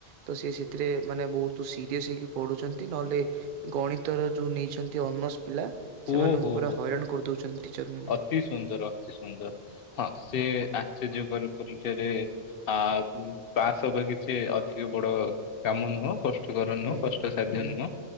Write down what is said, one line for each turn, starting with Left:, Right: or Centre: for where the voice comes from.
Right: ତ ସେ ସେଥିରେ ମାନେ ବହୁତ ସିରିଅସ ହେଇକି ପଢୁଛନ୍ତି। ନହଲେ ଗଣିତର ଯୋଉ ନେଇଛନ୍ତି, ଅନର୍ସ ପିଲା
Left: ହୁଁ,
Right: ସେମାନଙ୍କୁ
Left: ଓ ହୋ
Right: ପୁରା
Left: ହୋ।
Right: ହଇରାଣ କରିଦଉଛନ୍ତି ଟିଚର ମାନେ
Left: ଅତି ସୁନ୍ଦର ଅତି ସୁନ୍ଦର ହଁ। ସେ ଆଶ୍ଚର୍ଯ୍ୟକ ପରୀକ୍ଷାରେ ଆ ପାସ୍ ହବା କିଛି ଅଧିକ ବଡ କାମ ନୁହଁ କଷ୍ଟ କଷ୍ଟକର ନୁହଁ,
Right: ହୁଁ
Left: କଷ୍ଟସାଧ୍ୟ
Right: ହୁଁ
Left: ନୁହଁ